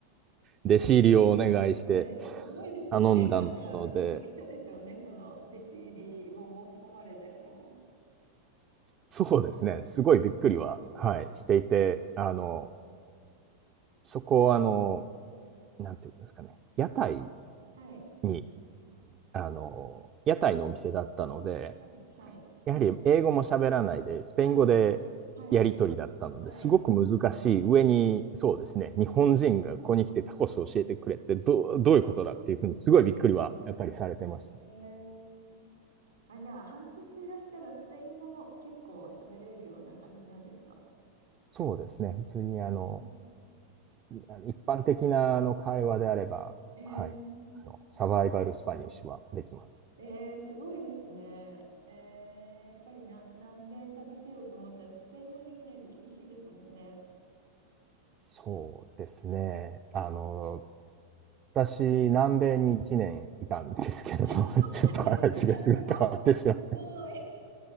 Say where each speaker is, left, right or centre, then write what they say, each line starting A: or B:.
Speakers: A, on the right; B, on the right.
A: 弟子入りをお願いして
B: えー、すごいですね。
A: 頼んだので、
B: <laughs> なんかびっくりしたでしょうね。その弟子入りを申し込まれた人も。
A: そうですね、すごいびっくりは、はい、していて、あの、そこは、あの、なんていうんですかね、屋台
B: はい。
A: に、あの、屋台のお店だったので、
B: はい。はい。
A: やはり英語も喋らないで、スペイン語でやり取りだったので、
B: はい。はい。はい。
A: すごく難しい上に、
B: はい
A: そうですね、日本人がここに来てタコスを教えてくれってどう、どういうことだっていうふうに、すごいびっくりはやっぱりされてました。
B: えー、あ、じゃあ、半年いらしたらスペイン語も結構喋れるような感じなんですか
A: そうですね、普通にあの、
B: えー
A: あの一般的なあの会話であれば、
B: えー、
A: はい、あのサバイバルスパニッシュはできます。
B: えーすごいですね。えー、やっぱりな、南米旅しようと思ったらスペイン語できないと厳しいですもんね。
A: そうですね、あの、私、南米に1年いたんですけども、
B: あ、そうなんです。
A: <laughs> ちょっと話がすぐ変わってしまう。
B: あ、すごい。すごい。